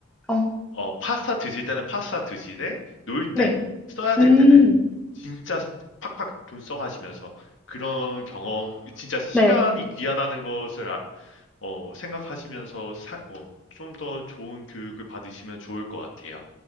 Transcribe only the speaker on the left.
어, 파스타 드실 때는 파스타 드시되 놀 때
써야
될 때는 진짜 팍팍 돈 써가시면서 그런 경험 진짜 시간이
귀하다는 것을 아, 어, 생각하시면서 사, 어, 좀 더 좋은 교육을 받으시면 좋을 것 같아요.